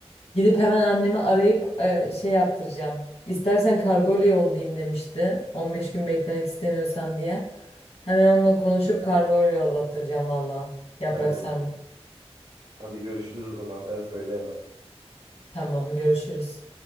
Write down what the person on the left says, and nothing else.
gidip hemen annemi arayıp e, şey yaptıracağım. İstersen kargoyla yollayayım demişti. 15 gün beklemek istemiyorsan diye. Hemen onunla konuşup kargoyla yollattıracağım valla. Yaprak
sarması.
Tamam görüşürüz.